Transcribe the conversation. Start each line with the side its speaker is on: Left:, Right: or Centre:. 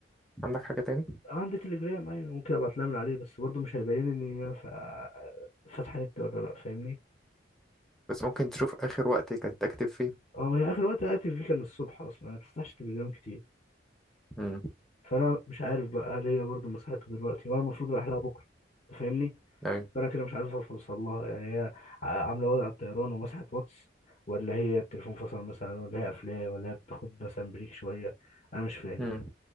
Centre: عندك حاجة تاني
Left: عندي تليجرام ايوه ممكن ابعت لها من عليه بس برضه مش هيبين ان هي ف- فاتحه نت ولا لا فاهمني
Centre: بس ممكن تشوف اخر وقت كانت اكتب فيه
Left: اه ما هي اخر وقت قعدت فيه كان الصبح اصلا ما بفتحش تليجرام كتير
Centre: امم
Left: فانا مش عارف بقى هل هي برضه مسحته دلوقتي وانا المفروض رايح لها بكره أنت فاهمني
Centre: ايوه
Left: فانا كده مش عارف اوصل لها يعني هي عامله وضع الطيران ومسحت واتس ولا هي التليفون فصل مثلا ولا هي قافلاه ولا هي بتاخد مثلا بريك شويه انا مش فاهم
Centre: امم